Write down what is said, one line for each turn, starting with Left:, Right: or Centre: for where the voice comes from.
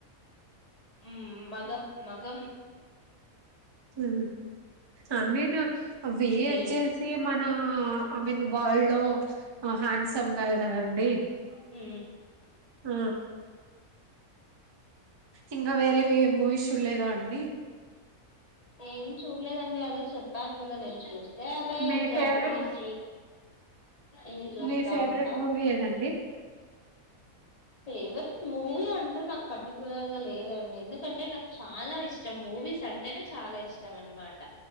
Left: ఊ మగం, మగం
Right: ఉ ఐ మీన్ వె
Left: ఫీలింగ్
Right: వచ్చేసి మనం ఐ మీన్ వరల్డ్ లో హ్యాండ్సమ్ గా కదండి,
Left: ఊ
Right: ఆ ఇంకా వేరే వేరే మూవీస్ చూడలేదా అండి,
Left: ఏం చూడలేదండి అదే చెప్పాను కదా నేను చూస్తే అదే
Right: మీ
Left: జాపనీస్
Right: ఫేవరెట్
Left: ఏమి చూస్తా
Right: మీ ఫేవరెట్
Left: ఉంటా
Right: మూవీ ఏదండి
Left: ఫేవరెట్ మూవీ అంటూ నాకు పర్టికులర్ గా లేదండి ఎందుకంటే, నాకు చాలా ఇష్టం మూవీ మూవీస్ అంటేనే చాలా ఇష్టం అనమాట,